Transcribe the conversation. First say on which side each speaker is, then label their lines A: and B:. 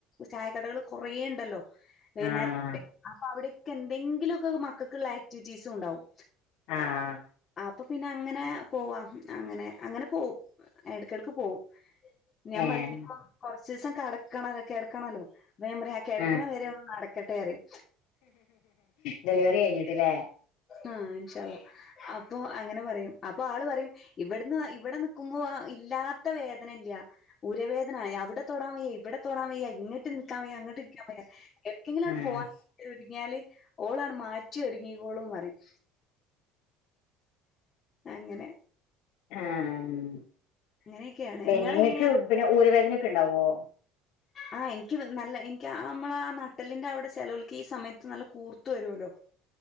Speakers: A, on the left; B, on the left.
A: ചായക്കടകള് കൊറേ ഉണ്ടല്ലോ വൈകുന്നേരത്ത്
B: ആഹ്
A: അപ്പൊ അവിടെയൊക്കെ എന്തെങ്കിലുമൊക്കെ മക്കൾക്കുള്ള ആക്ടിവിറ്റീസും ഉണ്ടാവും
B: ആഹ്
A: അപ്പൊ പിന്നെ അങ്ങനെ പോവാ അങ്ങനെ അങ്ങനെ പോവും എടക്കെടക്ക് പോവും ഞാൻ
B: ഏഹ്
A: പറയ ഇപ്പൊ കൊറച്ച് ദിവസം കടക്കണോല്ലോ കെടക്കണോല്ലോ അപ്പൊ ഞാൻ പറയും ആ കെടക്കണ
B: ആഹ്
A: വരെ ഒന്ന് നടക്കട്ടെ പറയും
B: ഡെലിവറി കഴിഞ്ഞിട്ട് ഇല്ലേ
A: ആഹ് ഇൻഷാ അള്ളാ അപ്പൊ അങ്ങനെ പറയും അപ്പൊ ആള് പറയും ഇവിടുന്ന് ഇവിടെ നിക്കുമ്പോ ഇല്ലാത്ത വേദന ഇല്ല ഉരവേദന അവിടെ തൊടാൻ വയ്യ ഇവിടെ തൊടാൻ വയ്യ ഇങ്ങ ട്ട് നിക്കാൻ വയ്യ അങ്ങോട്ട് നിക്കാൻ വയ്യ എവിടെയെങ്കിലും
B: ആഹ്
A: പോകാനൊരുങ്ങിയാല് ഓളാണ് മാറ്റി ഒരുങ്ങി ക്കോളും പറയും അങ്ങനെ
B: ആഹ്
A: അങ്ങനെയൊക്കെയാണ്
B: പെണ്ണുങ്ങക്ക്
A: ഇങ്ങളെങ്ങനെയാ
B: പിന്നെ ഊര വേദന ഒക്കെ ഉണ്ടാവുവോ
A: ആഹ് എനിക്ക് നല്ല എനിക്ക് ആ നമ്മളാ നട്ടെല്ലിന്റെ അവിടെ ചെലവർക്ക് ഈ സമയത്ത് നല്ല കൂർത്ത് വരൂല്ലോ